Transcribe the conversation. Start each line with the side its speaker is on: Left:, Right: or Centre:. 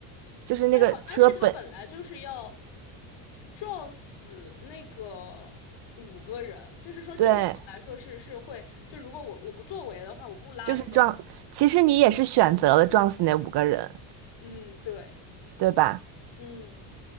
Right: 就是那个车本，
Left: 对，好像是他本来就是要撞死那个五个人，就是说正常来说是是会，
Right: 对，
Left: 就如果我我不作为的话，我不拉那个，
Right: 就是撞，其实你也是选择了撞死那五个人，
Left: 嗯，对。
Right: 对吧？
Left: 嗯，